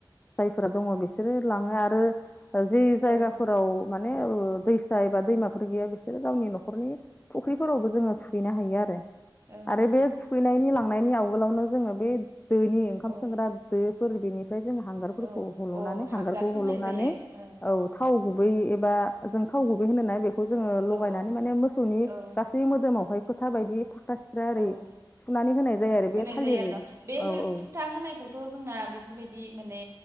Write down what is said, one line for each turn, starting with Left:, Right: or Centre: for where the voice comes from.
Left: जायफोरा दङ बिसोरो लाङो आरो ओ जि जायगाफोराव
Right: औ
Left: मान ने ओ दैसा एबा दैमाफोर गैया बिसोरो गावनि न'खरनि फुख्रिफोरावबो जोङो थुहैनो हायो आरो
Right: औ नोंथां
Left: आरो बे थुखैनायनि लांनायनि आवगोलावनो जोङो बे दोनि ओंखाम
Right: औ
Left: सोंग्रा दोफोर बेनिफ्राय जों हांगार फोरखौ
Right: औ
Left: हल'नानै
Right: औ हांगार
Left: हांगारखौ
Right: फोननाय
Left: हल'नानै
Right: जायो ओ
Left: औ थाव गुबै एबा जों थाव गुबै होनोना बेखौ जोङो
Right: औ
Left: लगायनानै
Right: औ
Left: माने मोसौनि
Right: औ
Left: गासै मोदोमावहाय फोथा बायदि फाख्रा सिख्रा ओरै
Right: औ
Left: थुनानै होनाय जायो आरो बे
Right: होनाय
Left: थालिर
Right: जायो आरो न' बे
Left: औ
Right: हो
Left: औ
Right: फुथा होनायखौथ' जोंना बेफोरबायदि माने